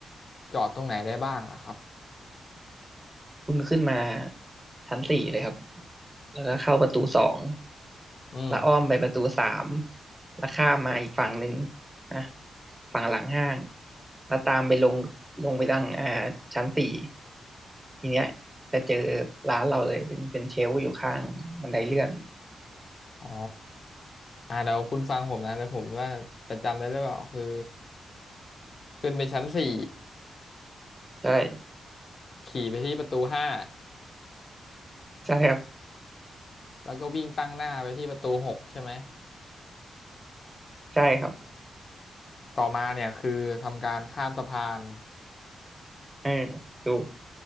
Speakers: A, on the left; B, on the right.
A: จอดตรงไหนได้บ้างนะครับ
B: คุณขึ้นมาชั้นสี่เลยครับแล้วก็เข้าประตูสอง
A: อืม
B: แล้วอ้อมไปประตูสามแล้วข้ามมาอีกฝั่งหนึ่งนะฝั่งหลังห้างแล้วตามไปลงลงไปทางอ่าชั้นสี่ทีเนี้ยจะเจอร้านเราเลย เป็นเป็นเชลฟ์อยู่ข้างบันไดเลื่อน
A: อ๋ออ่าเดี๋ยวคุณฟังผมนะเดี๋ยวผมว่าจะจำได้หรือเปล่าคือขึ้นไปชั้นสี่
B: ใช่
A: ขี่ไปที่ประตูห้า
B: ใช่ครับ
A: แล้วก็วิ่งตั้งหน้าไปที่ประตูหกใช่ไหม
B: ใช่ครับ
A: ต่อมาเนี่ยคือทำการข้ามสะพาน
B: เออถูก